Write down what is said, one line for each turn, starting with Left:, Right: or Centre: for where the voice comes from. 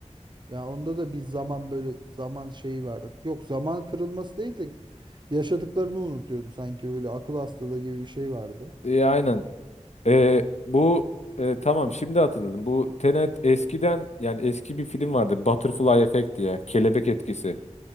Right: Ya onda da bir zaman böyle zaman şeyi vardı. Yok zaman kırılması değil de yaşadıklarını unutuyordu sanki böyle akıl hastalığı gibi bir şey vardı.
Left: E, aynen E, bu e, tamam şimdi hatırladım bu Tenet eskiden yani eski bir film vardı Butterfly Effect diye kelebek etkisi